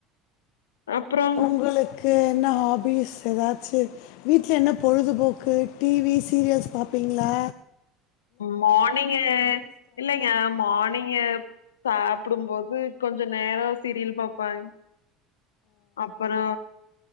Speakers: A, on the left (about 85°); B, on the left (about 70°).
A: அப்றோ
B: உங்களுக்கு இன்ன ஹாபீஸ் எதாச்சி வீட்ல என்ன பொழுதுபோக்கு டிவி சீரியல்ஸ் பாப்பீங்களா
A: மார்னிங்க இல்லைங்க மார்னிங்க சாப்புடும்போது கொஞ்ச நேரோ சிரியல் பாப்பாங் அப்புறோ